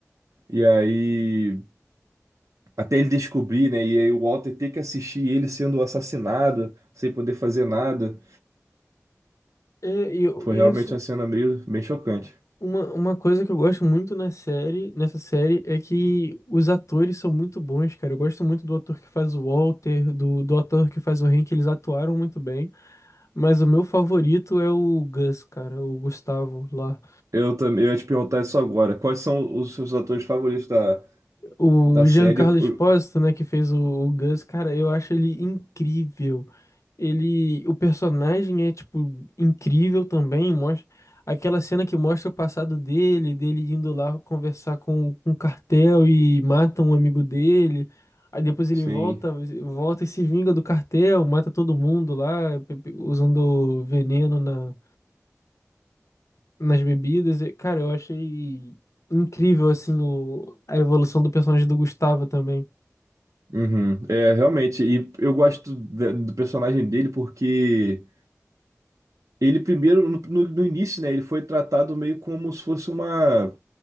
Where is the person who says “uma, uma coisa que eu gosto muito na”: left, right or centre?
Left